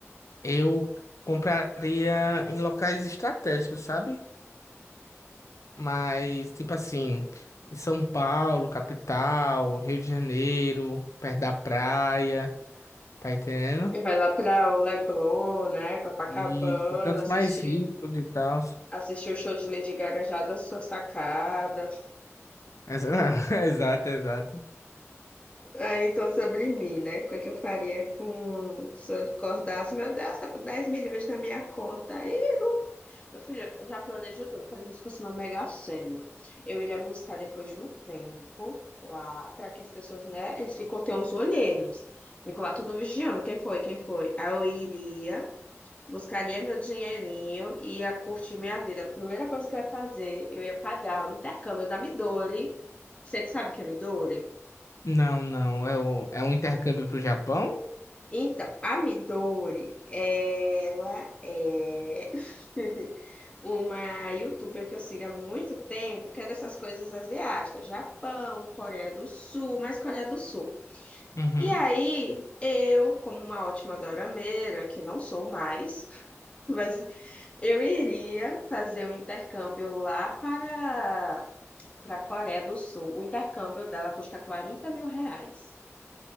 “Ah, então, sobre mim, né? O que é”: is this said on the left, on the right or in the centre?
Left